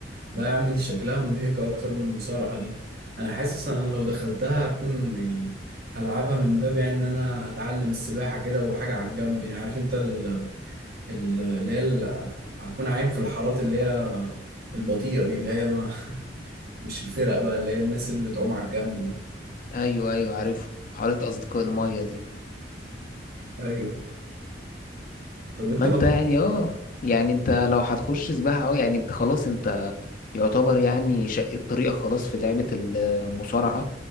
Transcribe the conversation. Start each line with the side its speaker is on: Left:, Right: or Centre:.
Right: لا يا عم دي شكلها منهكة أكتر من المصارعة دي أنا حاسس أنا لو دخلتها هكون يعني هلعبها من باب يعني إن أنا هتعلم السباحة كده وحاجة على الجنب يعني عارف أنت ال- ال- اللي هي ال- هكون عايم في الحارات اللي هي البطيئة دي اللي هي ما مش الفرق بقى اللي هي الناس اللي بتعوم على الجنب دي
Left: أيوه أيوه عارفه حارة أصدقاء المية دي
Right: ايوه طب وانت
Left: ما انت
Right: ما تر-
Left: يعني اه يعني انت لو هتخش سباحة اه يعني انت خلاص انت يعتبر يعني شقيت طريقك خلاص في لعبة المصارعة